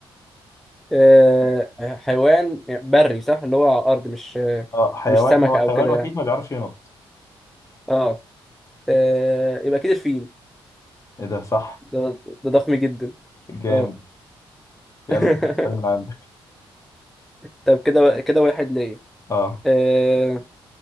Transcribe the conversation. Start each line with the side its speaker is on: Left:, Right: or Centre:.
Centre: آه حيوان بري صح اللي هو على الارض مش آه
Left: اه حيوان
Centre: مش سمكه
Left: هو
Centre: او
Left: حيوان
Centre: كده
Left: وحيد
Centre: يعني
Left: ما بيعرفش ينط
Centre: اه, آه يبقى اكيد الفيل
Left: ايه ده صح
Centre: ده, ده ضخم جدا
Left: جامد
Centre: اه
Left: يلا
Centre: <laughs>
Left: سؤال من عندك
Centre: طب كده كده واحد ليا
Left: اه
Centre: آه